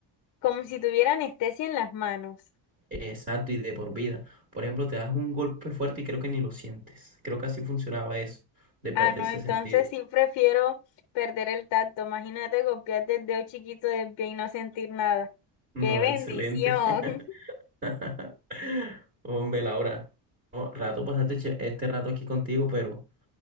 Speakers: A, on the left (about 45°); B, on the right (about 25°).
A: como si tuviera anestesia en las manos.
B: Exacto, y de por vida. Por ejemplo, te das un golpe fuerte y creo que ni lo sientes. Creo que así funcionaba eso, de
A: Ah,
B: perder
A: no,
B: ese
A: entonces
B: sentido.
A: sí prefiero perder el tacto. Imagínate golpearte el dedo chiquito del pie y no sentir nada.
B: No,
A: ¡Qué bendición!
B: excelente. <laughs> <laughs> Hombre, Laura, no, rato pasaste che- este rato aquí contigo, pero